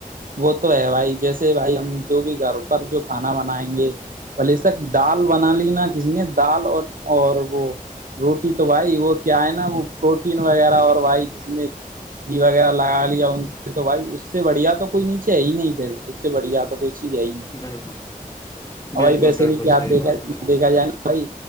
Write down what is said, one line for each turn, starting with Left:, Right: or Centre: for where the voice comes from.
Right: وہ تو ہے بھائی جیسے بھائی ہم جو بھی گھر پر جو کھانا بنائیں گے پہلےسک دال بنا لی نا کسی نے دال اور اور وہ روٹی تو بھائی وہ کیا ہے نا وہ پروٹین وغیرہ اور بھائی کسی نے وغیرہ لگا لیا اس نے تو بھائی اس سے بڑھیا تو کوئی نیچے ہے ہی نہیں پھر سے بڑھیا تو کوئی چیز ہے ہی نہیں
Left: بالکل
Right: او
Left: بالکل
Right: بھائی پیسے
Left: بالکل
Right: کی کیا
Left: صحیح
Right: اپ دیکھ
Left: بات ہے
Right: <unintelligible>
Left: جناب،
Right: دیکھا جایےنا بھائی